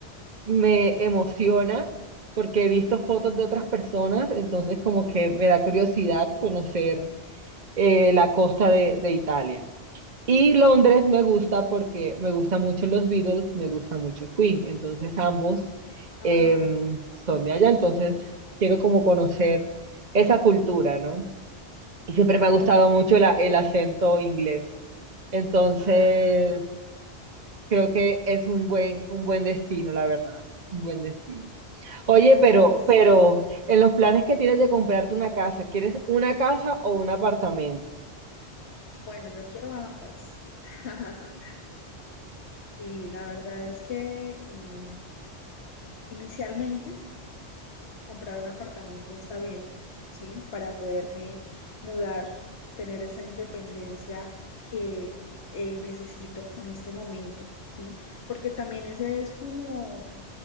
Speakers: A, on the right; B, on the left.
A: me emociona porque he visto fotos de otras personas, entonces como que me da curiosidad conocer eh, la costa de, de Italia. Y Londres me gusta porque me gustan mucho los Beatles, me gusta mucho Queen, entonces ambos
B: Ah,
A: em, son de allá, entonces quiero como conocer esa cultura, ¿no? Y siempre
B: claro.
A: me ha gustado mucho la- el acento inglés. Entonces,
B: Ah,
A: creo que es un buen, un buen destino, la verdad. Un buen destino. Oye, pero,
B: ay, sí.
A: pero, en los planes que tienes de comprarte una casa, ¿quieres una casa o un apartamento?
B: Bueno, yo quiero ambas. <laughs> Y la verdad es que eh, inicialmente comprar un apartamento está bien, ¿sí? Para poderme mudar, tener esa independencia que eh, necesito en este momento, ¿sí? Porque también ese es como,